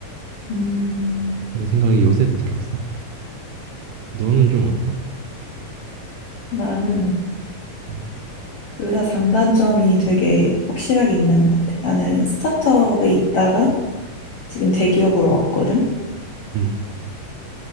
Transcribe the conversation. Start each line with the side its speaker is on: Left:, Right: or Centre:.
Left: 음.
Right: 그런 생각이 요새 들었어. 너는 좀 어때?
Left: 나는
Right: 음,
Left: 둘 다 장단점이 되게 확실하게 있는 것 같아. 나는 스타트업에 있다가 지금 대기업으로 왔거든.
Right: 음,